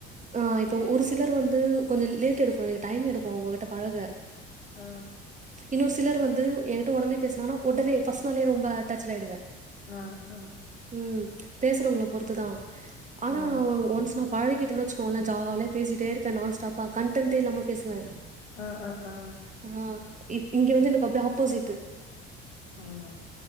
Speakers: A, on the right; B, on the left.
A: அ இப்போ ஒரு சிலர் வந்து கொஞ்சொ லேட் எடுக்கு எனக்கு டைம் எடுக்கு உங்ககிட்ட பழக
B: அ
A: இன்னொர் சிலர் வந்து எங்கிட்ட ஒடனே பேஸ்னானா ஒடர்னே பஃர்ஸ் நாளே ரொம்ப அட்டாச்டுட் ஆய்டுவே
B: அ அ
A: ம் பேசுறவங்கள பொறுத்துதா ஆனா
B: ஆ
A: ஒன்ஸ் நா பழகி டன் வச்சுக்கோல்ல ஜால்யா பேசிட்டேருப்பே நான்ஸ்டாப்பா கான்டன்ட்டே இல்லாம பேசுவே
B: ஆ ஆ ஆ
A: அ இ இங்கெ வந்து எனக்கு அப்டே ஆப்போசிட்டு
B: அ